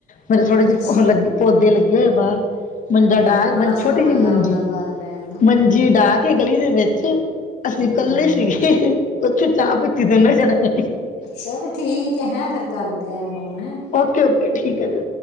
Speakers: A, on the left (about 50°); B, on the left (about 85°).
A: ਮੇਰੇ ਥੋੜੀ ਜੀ
B: ਅੱਛਾ
A: ਉਹ ਲੱਗ ਪੌਦੇ ਲੱਗੇ ਹੋਏ ਐ ਬਾਰ। ਮੰਜਾ
B: ਹਾਂ,
A: ਡਾ
B: ਬੜਾ
A: ਮੰਜ
B: ਸੋਹਣਾ
A: ਛੋਟੀ ਜੀ
B: ਮਜ਼ਾ
A: ਮੰਜੀ,
B: ਆਉਂਦਾ ਬਾਹਰ ਬਹਿਣ ਦਾ
A: ਮੰਜੀ ਡਾ ਕੇ ਗਲੀ ਦੇ ਵਿੱਚ ਅਸੀਂ ਇਕੱਲੇ
B: ਹਾਂ
A: ਸੀਗੇ ਉੱਥੇ ਚਾ ਪੀਤੀ ਦੋਨੇ ਜਣੇ।
B: ਚਲੋ ਠੀਕ ਏ ਹੈ ਫੇਰ ਕਰਦੇ ਆ ਫੋਨ ਹੈ।
A: ਓਕੇ-ਓਕੇ ਠੀਕ ਐ ਜੀ।